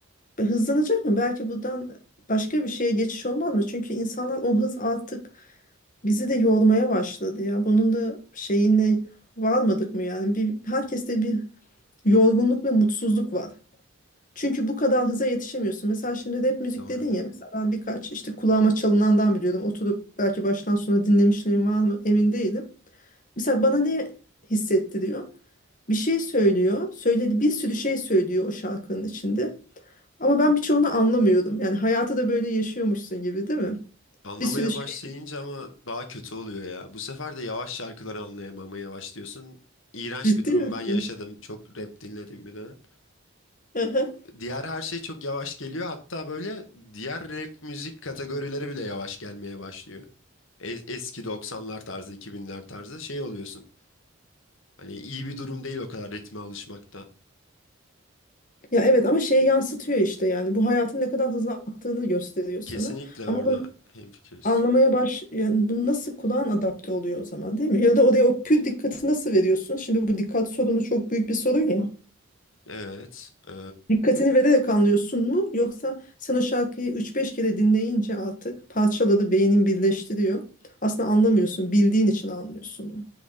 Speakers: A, on the left; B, on the left.
A: E, Hızlanacak mı? Belki buradan başka bir şeye geçiş olmaz mı? Çünkü insanlar o hız artık bizi de yormaya başladı ya. Bunun da şeyine varmadık mı yani? Bir, herkeste bir yorgunluk ve mutsuzluk var. Çünkü bu kadar hıza yetişemiyorsun. Mesela şimdi rap müzik
B: Doğru.
A: dedin ya. Mesela ben birkaç işte kulağıma çalınandan biliyordum. Oturup belki baştan sona dinlemişliğim var mı emin değilim. Mesela bana ne hissettiriyor? Bir şey söylüyor. Söyledi bir sürü şey söylüyor o şarkının içinde. Ama ben birçoğunu anlamıyorum. Yani hayatı da böyle yaşıyormuşsun gibi değil mi?
B: Anlamaya
A: Bir sürü şey
B: başlayınca ama daha kötü oluyor ya. Bu sefer de yavaş şarkıları anlayamamaya başlıyorsun. İğrenç
A: ciddi
B: bir durum
A: misin?
B: ben yaşadım. Çok rap dinlediğim bir dönem.
A: Aha.
B: Diğer her şey çok yavaş geliyor. Hatta böyle diğer rap müzik kategorileri bile yavaş gelmeye başlıyor. E- eski doksanlar tarzı, iki binler tarzı şey oluyorsun. Hani iyi bir durum değil o kadar ritme alışmakta.
A: Ya evet ama şey yansıtıyor işte yani bu hayatın ne kadar hızlı aktığını gösteriyor sana.
B: Kesinlikle
A: Ama
B: orada hemfikiriz.
A: anlamaya baş yani bu nasıl kulağın adapte oluyor o zaman değil mi? Ya da oraya o pür dikkati nasıl veriyorsun? Şimdi bu dikkat sorunu çok büyük bir sorun ya.
B: Evet. e,
A: Dikkatini vererek anlıyorsun mu? Yoksa sen o şarkıyı üç beş kere dinleyince artık parçaları beynin birleştiriyor. Aslında anlamıyorsun. Bildiğin için anlıyorsun mu?